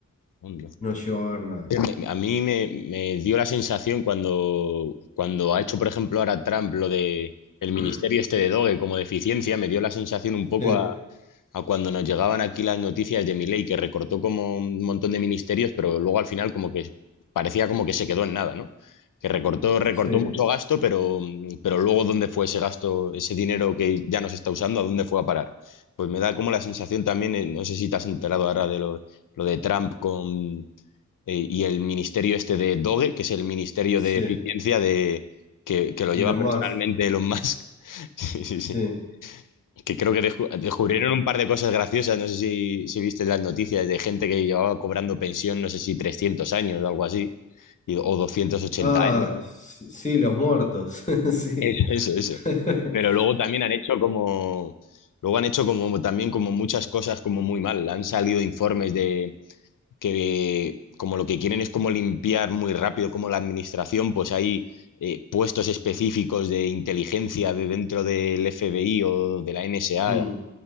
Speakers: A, on the left (about 75°); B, on the left (about 25°).
A: onda.
B: no llegó a ver nada.
A: Me- A mí me, me dio la sensación cuando, cuando ha hecho, por ejemplo, ahora Trump lo de el ministerio
B: <clears throat>
A: este de Doge como deficiencia, me dio la sensación un poco
B: Sí,
A: a, a cuando nos llegaban aquí las noticias de Milei, que recortó como un montón de ministerios, pero luego al final como que parecía como que se quedó en nada, ¿no? Que recortó, recortó
B: sí,
A: mucho gasto, pero, pero luego dónde fue ese gasto, ese dinero que ya no se está usando, a dónde fue a parar. Pues me da como la sensación también, eh, no sé si te has enterado ahora de lo, lo de Trump con, eh, y el ministerio este de Doge, que es el ministerio
B: sí,
A: de eficiencia de, que, que lo lleva
B: Elon
A: personalmente
B: Musk,
A: Elon Musk. <laughs> Sí, sí,
B: sí,
A: sí que creo que descu- descubrieron
B: sí.
A: un par de cosas graciosas. No sé si, si viste las noticias de gente que llevaba cobrando pensión, no sé si 300 años o algo así, y- o 280
B: Ah,
A: años.
B: sí, sí, los muertos, <laughs> sí.
A: Eso, eso, eso.
B: <laughs>
A: Pero luego también han hecho como, luego han hecho como también como muchas cosas como muy mal. Han salido informes de que como lo que quieren es como limpiar muy rápido como la administración, pues hay eh, puestos específicos de inteligencia de dentro del FBI o de la NSA
B: Mm,